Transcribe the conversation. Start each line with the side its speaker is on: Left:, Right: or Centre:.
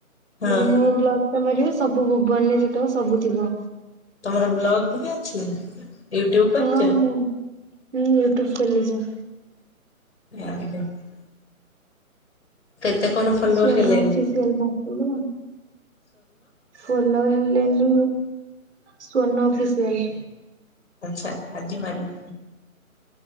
Right: ମାନେ
Left: ହଁ
Right: ମୋ ବ୍ଲକ ଟା ମାରିବ ସବୁ ଭୁବନ ଯେତେକ ସବୁ ଥିବ।
Left: ତମର ବ୍ଲଗ ବି ଅଛି? ୟୁଟୁବ କରିଛ?
Right: ହଁ ମୁଁ ହୁଁ ୟୁଟ୍ୟୁବ ଚାଲିଛି।
Left: <inaudible> କେତେ କଣ ଫଲୋଅର
Right: ସ୍ଵର୍ଣ୍ଣ
Left: ହେଲେଣିି?
Right: ଅଫିସିଆଲ ମାରିଦେଲେ ଫଲୋ ହେଲେଣି ସ୍ଵର୍ଣ୍ ଅଫିସିଆଲ।
Left: ଆଚ୍ଛା। ଆଜି ମାରିବି